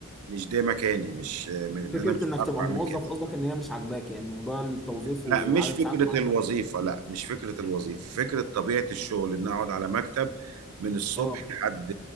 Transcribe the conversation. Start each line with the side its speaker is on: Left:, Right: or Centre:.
Right: مش ده مكاني مش م-
Centre: فكرة
Right: أنا مش
Centre: انك
Right: بعرف
Centre: تبقى
Right: أعمل
Centre: موظف
Right: كده
Centre: قصدك ان هي مش عاجباك يعني موضوع التوظيف
Right: لا
Centre: وعدد
Right: مش فكرة
Centre: ساعات معينة
Right: الوظيفة لا مش فكرة الوظيفة فكرة طبيعة الشغل إن أقعد على مكتب من الصبح
Centre: اه
Right: لحد